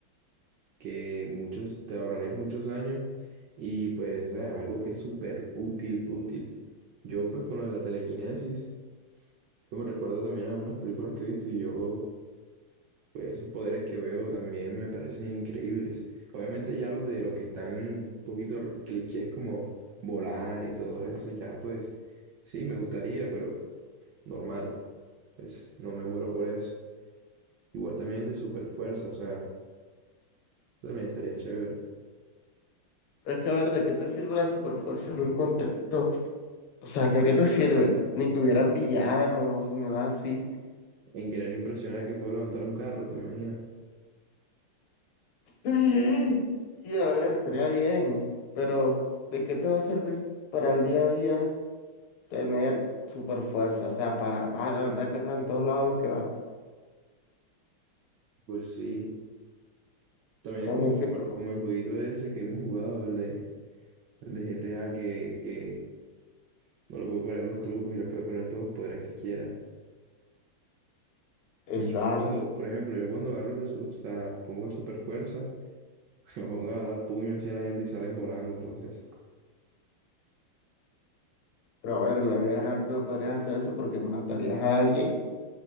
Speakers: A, on the right (about 70°); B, on the left (about 80°).
A: que muchos, te ahorrarías muchos años y pues o sea, es algo que es súper útil, útil. Yo pues con lo de la telequinesis, que me recuerda también a unas películas que he visto y yo, pues esos poderes que veo también me parecen increíbles. Obviamente ya los de los que están un poquito r- clichés como volar y todo eso, ya pues sí, me gustaría, pero normal, pues no me muero por eso. Igual también el de super fuerza, o sea, también estaría chévere.
B: Pero es que a ver, ¿de qué te sirve la superfuerza en un contexto? O sea, ¿de qué te sirve? Ni que hubieran villanos, ni nada así.
A: en querer impresionar que puedo levantar un carro, ¿te imaginas?
B: Sí, y a ver, estaría bien, pero ¿de qué te va a servir para el día a día tener superfuerza? O sea, para, vas a levantar carga en todos lados lo que vas.
A: Pues sí. También
B: Me
A: es como,
B: refiero-
A: como el jueguito ese que hemos jugado, el de, el de GTA, que, que no le puede poner los trucos y le puede poner todos los poderes que quiera.
B: Exacto.
A: Y yo no cuando, por ejemplo, yo cuando agarro de su, o sea, pongo el super fuerza, <laughs> me pongo a dar puños así a la gente y salen volando, entonces.
B: Pero a ver, en la vida real tú no podrías hacer eso porque matarías a alguien